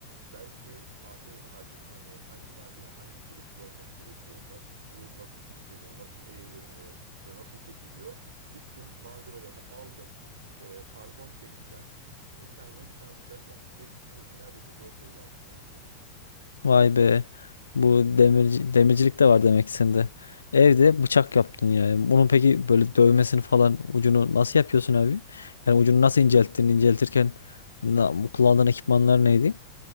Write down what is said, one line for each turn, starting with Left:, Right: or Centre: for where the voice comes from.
Right: belki saatlerimi harcadım. Hani hangi malzeme, hangi çelik kullanılması gerekiyor, na- bu nasıl işleniyor, nasıl eğleniyor, işte nasıl kesiliyor. Gittim malzemelerini aldım e, karbon çelikten e, kendime bir tane bıçak yaptım ve bitirmesi neredeyse 4 ayım aldı biliyor musun?
Left: Vay be. Bu demirci, demircilik de var demek ki sende. Evde bıçak yaptın yani. Bunun peki böyle dövmesini falan ucunu nasıl yapıyorsun abi? Yani ucunu nasıl incelttin? İnceltirken na- kullandığın ekipmanlar neydi?